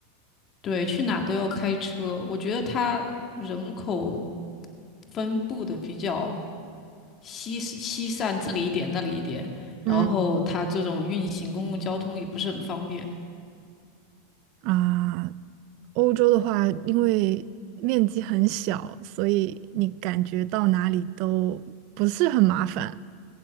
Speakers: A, on the left; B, on the right.
A: 对，去哪都要开车。我觉得它人口分布的比较稀稀散，这里一点那里一点，然后它这种运行公共交通也不是很方便。
B: 嗯啊，欧洲的话，因为面积很小，所以你感觉到哪里都不是很麻烦，